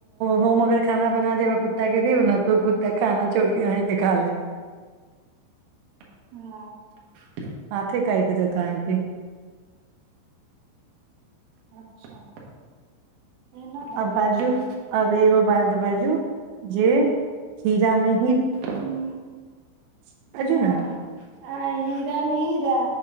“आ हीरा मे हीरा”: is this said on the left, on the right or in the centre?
Right